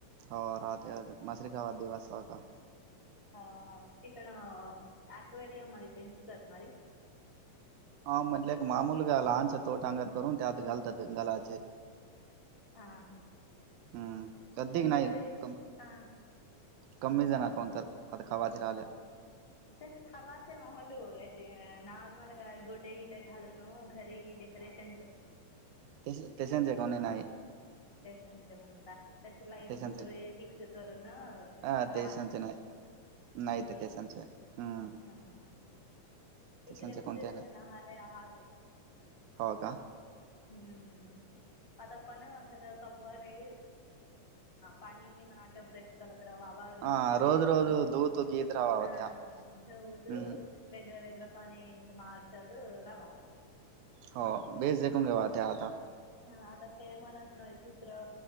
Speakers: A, on the right (about 80°); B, on the left (about 15°).
A: हो राहते मशर काा वा दिवास का
B: हो तिकड कवे या मरी पचतात मरी
A: हा म्हटले का मामूलगा लहानचं तोट अंगार करून त्या आत घालतात गलाचे
B: ह हा
A: हम्म कधीक
B: तुमच्या
A: नाही
B: घरी
A: कम
B: हां
A: कमी जाणार कोणत आता खावााती राहिल्या
B: ते खावाच नतो नर्मल ग गोटे गिट घा न घरी डेकोरेशन
A: ते त्याश जगाणे नाही
B: पशं म्हणता तशी लाईट
A: तेशांचे
B: भुतर फिक्स करून राहतात
A: हा तेशांचे नाही
B: माहिती
A: नाही ते तेशांचे हम्म
B: हा ह इकडे
A: तेशांचे
B: उत
A: कोणते
B: उ
A: नाही
B: ना ह र आह तू
A: हो का
B: हम्म आता पण े पाणी म फ्रेश कर वा र
A: हा रोज रोज
B: दोन
A: धुत गीत राहावा
B: ह
A: त्या
B: हो
A: हम्म
B: वेग वेग पा मार्चच रवावा
A: हो बेस देक घेव त्याता
B: ह आता फेमणस नय कुत्र